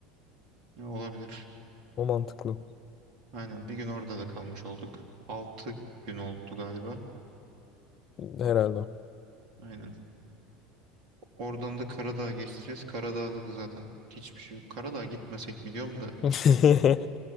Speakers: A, on the right; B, on the left.
A: Ya, olabilir.
B: O mantıklı.
A: Aynen bir gün orada da kalmış olduk. Altı gün oldu galiba.
B: Herhalde.
A: Aynen. Oradan da Karadağ'a geçeceğiz. Karadağ'da da zaten hiçbir şey yok. Karadağ'a gitmesek mi diyorum da
B: <laughs>
A: işte